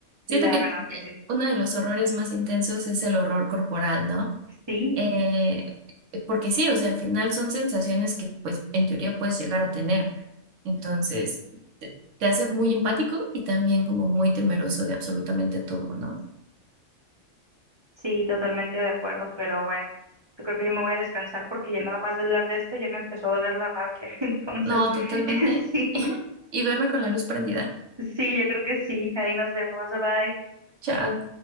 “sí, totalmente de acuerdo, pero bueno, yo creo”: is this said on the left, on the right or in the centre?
Right